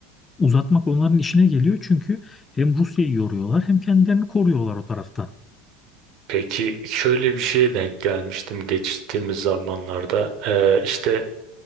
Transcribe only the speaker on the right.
Peki şöyle bir şeye denk gelmiştim geçtiğimiz zamanlarda E, işte